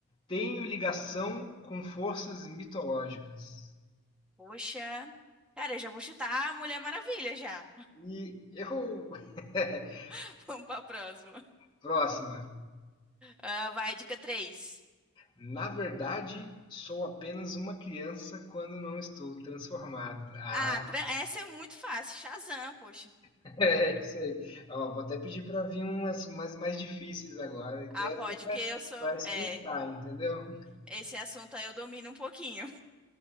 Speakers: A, on the left; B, in the centre.
A: Tenho ligação com forças mitológicas.
B: Poxa. Cara, eu já vou chutar a Mulher Maravilha já.
A: E errou! <laughs>
B: <laughs> Vamos pra próxima.
A: Próxima.
B: Ah, vai, dica 3.
A: Na verdade, sou apenas uma criança quando não estou transformado. Ah,
B: Ah, tran- essa é muito fácil. Shazam, poxa.
A: <laughs> é isso aí. Ó, vou até pedir para vir umas, umas mais difíceis agora, que
B: Ah,
A: é
B: pode, porque eu sou.
A: para esquentar,
B: É,
A: entendeu?
B: esse assunto aí eu domino um pouquinho.